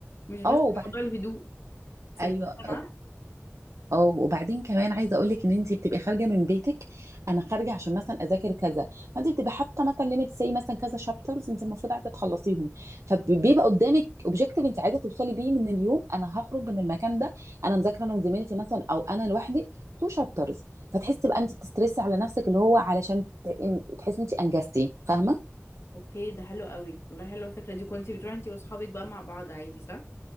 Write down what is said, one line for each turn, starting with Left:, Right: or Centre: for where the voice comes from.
Left: مش بس
Right: اه وبعد
Left: موضوع الهدوء تصدق
Right: ايوه
Left: معاك
Right: اه وبعدين كمان عايزه اقول لك ان انت بتبقي خارجه من بيتك انا خارجه عشان مثلا اذاكر كذا فانت بتبقي حاطه مثلا ليميت سي مثلا كذا شابترز انت المفروض عايزه تخلصيهم فبيبقى قدامك اوبجيكتيف انت عايزه توصلي بيه من اليوم انا هخرج من المكان ده انا مذاكره انا وزميلتي مثلا او انا لوحدي تو شابترز فتحسي بقى انت بتسترسي على نفسك اللي هو علشان ت- إن- تحسي انت انجزتي فاهمه
Left: اوكي ده حلو قوي والله حلوه الفكره دي كنتي بتروحي انتي واصحابك بقى مع بعض عادي صح